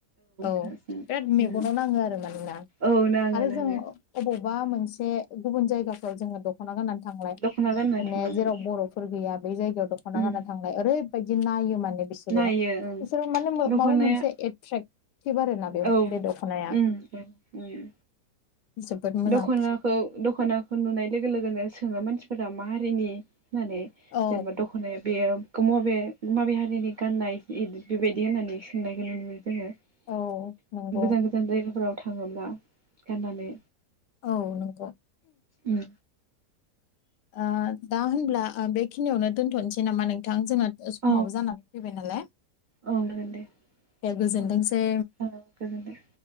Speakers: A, on the left; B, on the right.
A: औ
B: साबसिन
A: बिराद मेगनाव
B: उम
A: नाङो आरो मानोना
B: औ नाङो
A: आरो
B: नाङो
A: जों बबेबा मोनसे गुबुन जायगाफ्राव जोङो दख'ना गाननानै थांलाय
B: दख'ना गानना
A: माने
B: थांबा उम
A: जेराव बर'फोर गैया बेै जायगायाव दख'ना
B: उम
A: गानना थांलाय ओरै बिदि नायो माने बिसोरो
B: नायो ओं
A: बिसोरो माने माबा
B: दख'नाया
A: मोनसे एट्रेकटिभ आरो ना बे
B: औ उम
A: बे दख'नाया
B: औ उम
A: जोबोद मोजां
B: दखनाखौ दख'नाखौ नुनाय लोगो लोगोनो सोङो मानसिफोरा मा हारिनि होननानै जेनेबा
A: औ
B: दख'नाया बेयो गोम बे माबे हारिनि गान्नाय एदि बेबायदि होननानै सोंनायखौ नुनो मोनो जोङो
A: औ नंगौ
B: गोजान गोजान जायगाफोराव थाङोब्ला गाननानै
A: औ नंगौ
B: उम
A: ओह दा होनब्ला बेखिनियावनो दोनथ'नोसै नामा नोंथां जोंना समाबो
B: औ
A: जानानै फैबाय नालाय
B: औ जागोन दे
A: दे गोजोनदोंसै
B: औ औ गोजोनथों